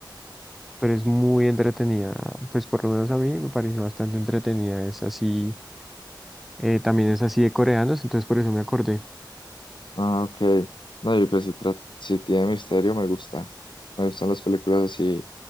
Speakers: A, in the centre; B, on the left.
A: pero es muy entretenida. Pues por lo menos a mí me pareció bastante entretenida. Es así, eh, también es así de coreanos, entonces por eso me acordé.
B: ah, ok. No, y pues si, tra- si tiene misterio me gusta, me gustan las películas así